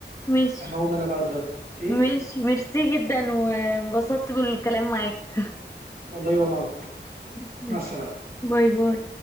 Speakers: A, on the left (about 15°); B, on the right (about 55°).
A: ماشي
B: أنا هقوم أنا بقى أتغدى أوكي
A: ماشي ميرسي جدا وانبسطت بالكلام معاك
B: والله وأنا أكتر
A: <laughs> ماشي
B: مع السلامة
A: باي باي